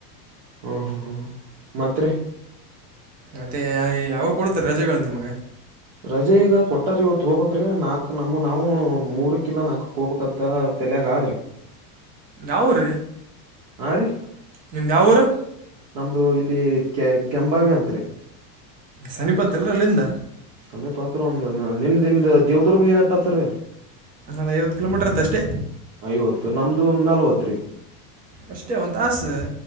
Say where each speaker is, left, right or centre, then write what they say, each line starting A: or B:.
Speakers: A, on the right (about 55°); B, on the right (about 20°).
A: ಹ್ಮ ಹ್ಮ್ ಹ್ಮ್ ಹ್ಮ ಮತ್ತ್ ರೀ
B: ಮತ್ತೆ ಯಾವಾಗ ಕೊಡತರೀ ರಜೆಗಳು ನಿಮಗ
A: ರಜೆ ಈಗ ಕೊಟ್ಟಾರ ಇವತ್ ಹೋಬಕ್ ರೀ ನಾಕ್ ನಮ ನಾವು ಮೂರಕ ಇಲ್ಲ ನಾಲ್ಕ್ ಹೋಗಬಕತ್ತ ತಲೆಯಾಗ ಆದ್ರರಿ
B: ಯಾವ ಊರೀ
A: ಹಾ ರೀ
B: ನಿಮ್ದ ಯಾವ ಊರು
A: ನಮ್ದು ಇಲ್ಲಿ ಕೆ ಕೆಂಬಾವಿ ಅಂತ.
B: ಸನಿಪತ್ ಎಲ್ರ ಅಲ್ಲಿಂದ
A: ಸಮೀಪಾತ್ರ ಒಂದು ನಿಮ್ದು ನಿಮ್ದು ದೇವದುರ್ಗ ಎಷ್ಟು ಆತ್ತ ರೀ
B: ಒಂದ್ ಐವತ್ತು ಕಿಲೋಮೀಟರ್ ಆತ್ತೆ ಅಷ್ಟೇ.
A: ಐವತ್ತು ನಮ್ದು ನಲ್ವತ್ ರಿ
B: ಅಷ್ಟೇ ಒಂದು ತಾಸು